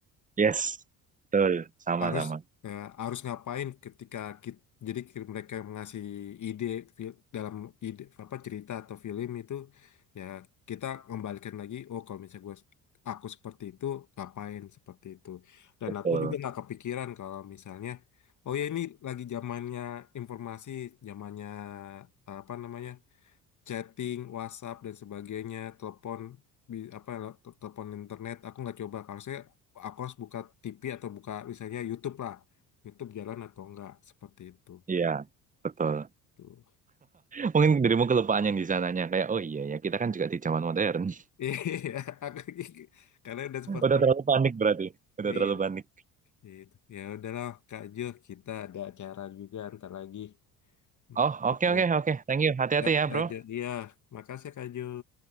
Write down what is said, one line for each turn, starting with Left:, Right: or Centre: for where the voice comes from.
Right: Yes. Betul, sama-sama.
Left: harus eh, harus ngapain ketika kita, jadi ke- mereka ngasih ide fil- dalam ide apa cerita atau film itu ya kita kembalikan lagi. Oh, kalau misalnya gua aku seperti itu ngapain seperti itu. Dan
Right: Betul.
Left: aku juga nggak kepikiran kalau misalnya, oh ya ini lagi zamannya informasi, zamannya apa namanya? chatting, WhatsApp dan sebagainya, telepon bi- apa tel- telepon internet aku nggak coba. Harusnya aku harus buka TV atau buka misalnya YouTube lah. YouTube jalan atau enggak seperti itu.
Right: Iya, betul.
Left: Tuh.
Right: Mungkin dirimu kelupaan yang di sananya kayak oh iya ya kita kan juga di zaman modern.
Left: Iya, <laughs> aku karena udah
Right: <laughs>
Left: seperti
Right: Udah terlalu
Left: itu.
Right: panik berarti. Udah
Left: Iya,
Right: terlalu panik.
Left: gitu. Ya udahlah Kak Jo, kita ada acara juga ntar lagi. Hmm,
Right: Oh,
Left: Gitu.
Right: oke, oke, oke. Thank you. Hati-hati
Left: Yap,
Right: ya,
Left: Kak
Right: bro.
Left: Jo. Iya, makasih ya, Kak Jo.